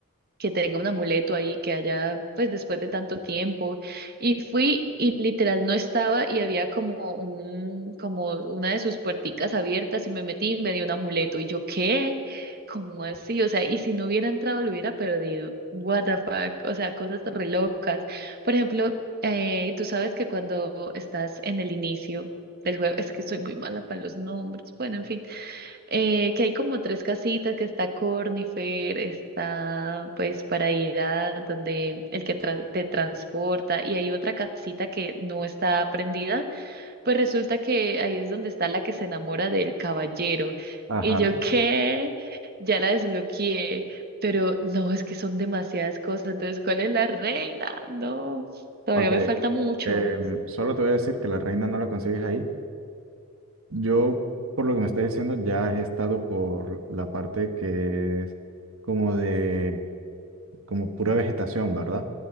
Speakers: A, on the right; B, on the right.
A: que tenga un amuleto ahí, que haya, pues después de tanto tiempo. Y fui y literal no estaba y había como un, como una de sus puerticas abiertas y me metí y me dio un amuleto. Y yo, ¿qué? ¿Cómo así? O sea, y si no hubiera entrado lo hubiera perdido. What the fuck? O sea, cosas re locas. Por ejemplo, eh, tú sabes que cuando estás en el inicio del juego, es que soy muy mala para los nombres. Bueno, en fin eh, que hay como tres casitas, que está Cornifer, está pues para ir a donde el que tra- te transporta y hay otra casita que no está prendida, pues resulta que ahí es donde está la que se enamora del caballero.
B: ajá.
A: Y yo qué, ya la desbloqueé, pero no, es que son demasiadas cosas, entonces ¿cuál es la reina? No, todavía
B: Ok.
A: me falta mucho.
B: Em, solo te voy a decir que la reina no la consigues ahí. Yo, por lo que me estás diciendo, ya he estado por la parte que es como de como pura vegetación, ¿verdad?